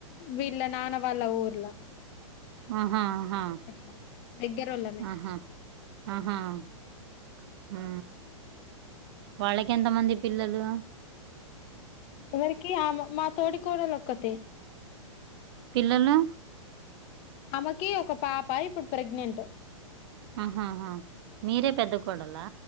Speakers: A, on the left; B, on the right.
A: వీళ్ళ నాన్న వాళ్ళ ఊర్లా
B: ఆహా ఆహా
A: అట్లా దగ్గరోళ్ళమే
B: ఆహా ఆహా ఆ వాళ్ళకి ఎంతమంది పిల్లలు
A: ఎవరికి ఆమ మా తోడి కోడలు ఒక్కతే
B: పిల్లలు
A: ఆమెకి ఒక పాప ఇప్పుడు ప్రెగ్నెంట్
B: ఆహహ మీరే పెద్ద కొడలా